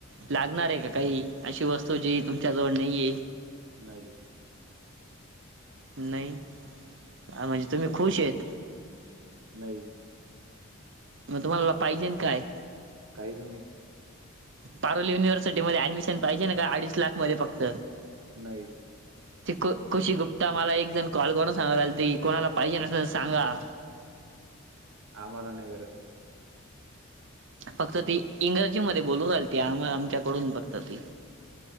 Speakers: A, on the right; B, on the right.
A: लागणार आहे का काही अशी वस्तू जी तुमच्याजवळ नाही आहे.
B: नाही.
A: नाही, आ म्हणजे तुम्ही खुश आहेत.
B: नई.
A: म तुम्हाला पाहिजेन काय?
B: काहीच नाही.
A: पारोली युनिव्हर्सिटीमध्ये ऍडमिशन पाहिजे ना काय अडीच लाख मध्ये फक्त.
B: नाही.
A: त खुशी गुप्ता मला एक जण कॉल करून सांगायला आलती कोणाला पाहिजेन असल सांगा.
B: आम्हाला नाही गरज.
A: फक्त ती इंग्रजी मध्ये बोलून राहिलते आम आमच्याकडून फक्त ती.